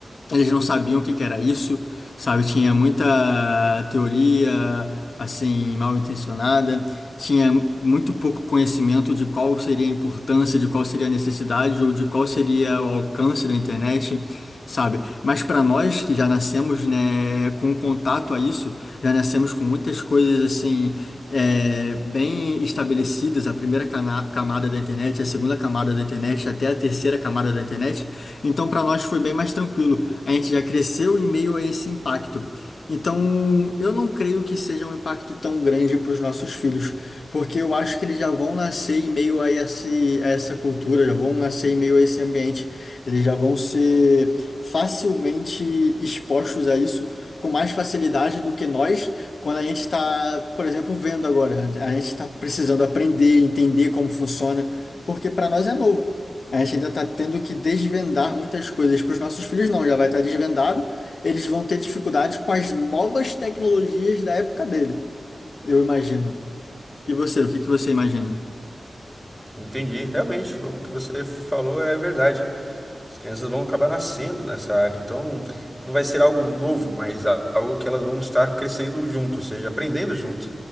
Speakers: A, on the left (about 70°); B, in the centre.
A: Eles não sabiam o que que era isso, sabe? Tinha muita teoria, assim, mal intencionada, tinha muito pouco conhecimento de qual seria a importância, de qual seria a necessidade ou de qual seria o alcance da internet, sabe? Mas para nós que já nascemos, né, com contato a isso, já nascemos com muitas coisas, assim, é, bem estabelecidas, a primeira cana- camada da internet, a segunda camada da internet, até a terceira camada da internet. Então, para nós foi bem mais tranquilo. A gente já cresceu em meio a esse impacto. Então, eu não creio que seja um impacto tão grande para os nossos filhos, porque eu acho que eles já vão nascer em meio a esse, a essa cultura, já vão nascer em meio a esse ambiente, eles já vão ser facilmente expostos a isso com mais facilidade do que nós, quando a gente está, por exemplo, vendo agora, a gente está precisando aprender, entender como funciona, porque para nós é novo. A gente ainda está tendo que desvendar muitas coisas. Para os nossos filhos, não, já vai estar desvendado. Eles vão ter dificuldade com as novas tecnologias da época dele, eu imagino. E você, o que que você imagina?
B: Entendi, realmente, o que você falou é verdade. As crianças vão acabar nascendo nessa área, então não vai ser algo novo, mas a- algo que elas vão estar crescendo junto, ou seja, aprendendo junto.